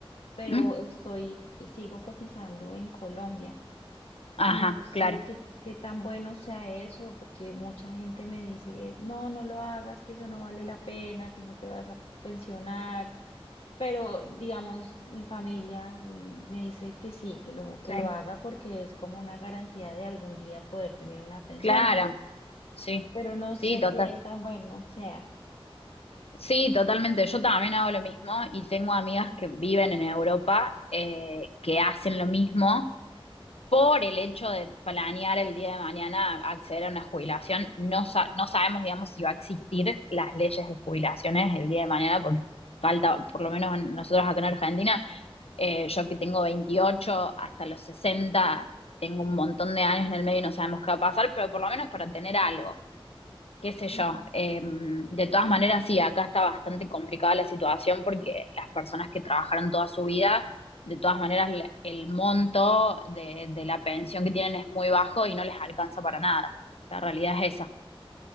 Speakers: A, on the left; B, on the left.
A: pero
B: Mm.
A: estoy, sigo cotizando en Colombia.
B: Ajá,
A: No sé
B: claro.
A: qué, qué tan bueno sea eso, porque mucha gente me dice que no, no lo hagas, que eso no vale la pena, tú no te vas a pensionar. Pero, digamos, mi familia mm, me dice que sí, que lo, que
B: sí
A: lo haga porque es como una garantía de algún día poder tener una pensión,
B: Claro,
A: pero,
B: sí,
A: pero no sé
B: sí, total,
A: qué tan bueno sea.
B: sí, totalmente. Yo también hago lo mismo y tengo amigas que viven en Europa eh, que hacen lo mismo por el hecho de planear el día de mañana acceder a una jubilación. No, sa- no sabemos, digamos, si va a existir las leyes de jubilaciones el día de mañana porque falta, por lo menos en- nosotros acá en Argentina, eh, yo que tengo 28 hasta los sesenta tengo un montón de años en el medio y no sabemos qué va a pasar, pero por lo menos para tener algo. qué sé yo.
A: Ujú.
B: eh, de todas maneras, sí, acá está bastante complicada la situación porque las personas que trabajaron toda su vida, de todas maneras, le- el monto de, de la pensión que tienen es muy bajo y no les alcanza para nada. La realidad es esa.